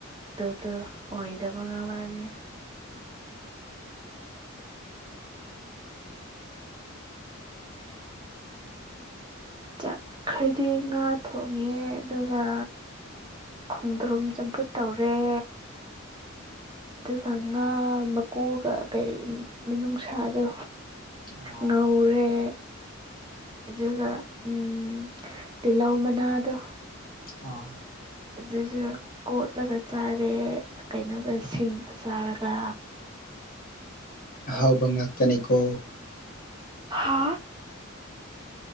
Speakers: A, on the right (about 20°); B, on the left (about 45°).
A: ꯑꯗꯨ ꯑꯗꯨ ꯑꯣꯏꯗꯕ ꯉꯥꯡꯂꯛꯑꯅꯤ ꯆꯠꯈꯗꯤ ꯉꯥ ꯊꯣꯡꯉꯦ ꯑꯗꯨꯒ ꯈꯣꯡꯗ꯭ꯔꯨꯝ ꯆꯝꯐꯨꯠ ꯇꯧꯔꯦ ꯑꯗꯨꯒ ꯉꯥ ꯃꯀꯨꯒ ꯀꯩ ꯅꯨꯡꯁꯥꯗꯣ
B: ꯑꯥ
A: ꯉꯧꯔꯦ ꯨꯒ ꯎꯝ ꯇꯤꯜꯍꯧ ꯃꯅꯥꯗꯣ
B: ꯑꯥ
A: ꯑꯗꯨꯁꯨ ꯀꯣꯠꯂꯒ ꯆꯥꯔꯦ ꯀꯩꯅꯣꯒ ꯁꯤꯡꯒ ꯆꯥꯔꯒ
B: ꯑꯍꯥꯎꯕ ꯉꯥꯛꯇꯅꯤꯀꯣ
A: ꯑ